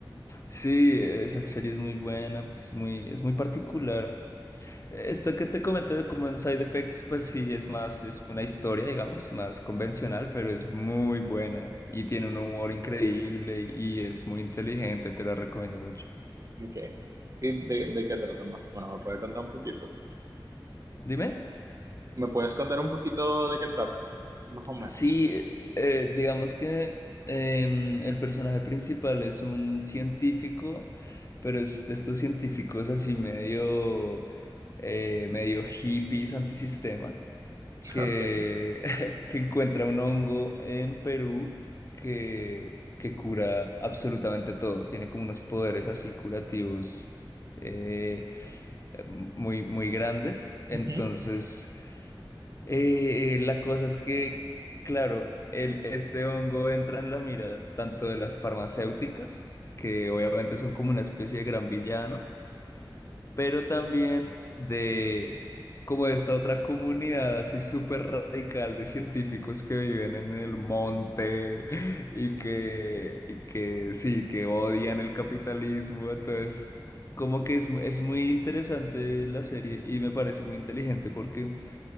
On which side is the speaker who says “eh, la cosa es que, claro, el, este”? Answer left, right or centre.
Left